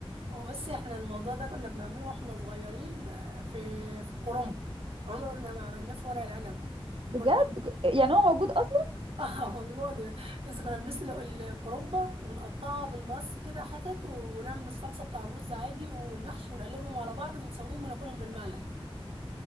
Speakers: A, on the right (about 80°); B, on the right (about 65°).
A: وبس احنا الموضوع ده كنا بنعمله واحنا صغيرين آه، في في الكرنب عمرنا ما عملناه في ورق العنب
B: بجد
A: كنا
B: يعني هو موجود اصلا
A: اه موجودة بس كنا بنسلق الكرومبة ونقطعها بالمقص كده حتت ونعمل الصلصة بتاع الرز عادي والمحشي ونقلبهم على بعض ونسويهم وناكلهم بالمعلقة